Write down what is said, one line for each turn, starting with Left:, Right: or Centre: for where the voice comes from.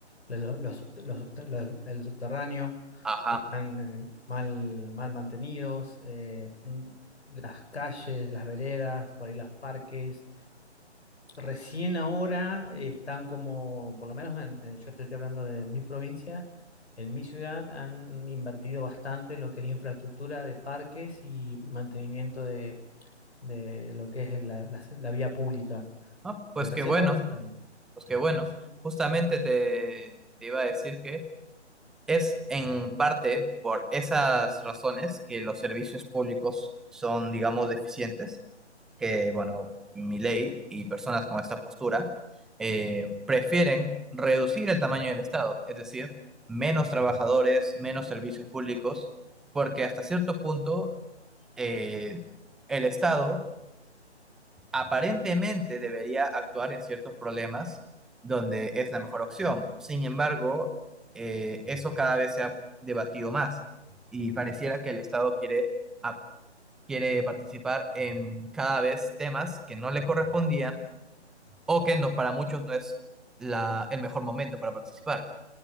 Left: los- los subte- los subte- los- el subterráneo,
Centre: ajá.
Left: que están eh, mal, mal mantenidos, eh, mm, las calles, las veredas, por ahí los parques Recién ahora están como, por lo menos en- en- yo te estoy hablando de mi provincia, en mi ciudad han invertido bastante en lo que es infraestructura de parques y mantenimiento de, de lo que es la, la- la vía pública,
Centre: Ah, pues
Left: que recién
Centre: qué bueno,
Left: ahora se están...
Centre: pues qué bueno.
Left: Sí,
Centre: Justamente te, te iba a decir que es en parte por esas razones que los servicios públicos son, digamos, deficientes, que, bueno, ley y personas con esta postura eh, prefieren reducir el tamaño del Estado, es decir, menos trabajadores, menos servicios públicos, porque hasta cierto punto eh, el Estado aparentemente debería actuar en ciertos problemas donde es la mejor opción. Sin embargo, eh, eso cada vez se ha debatido más y pareciera que el Estado quiere, ap- quiere participar en cada vez temas que no le correspondían o que no, para muchos no es la, el mejor momento para participar.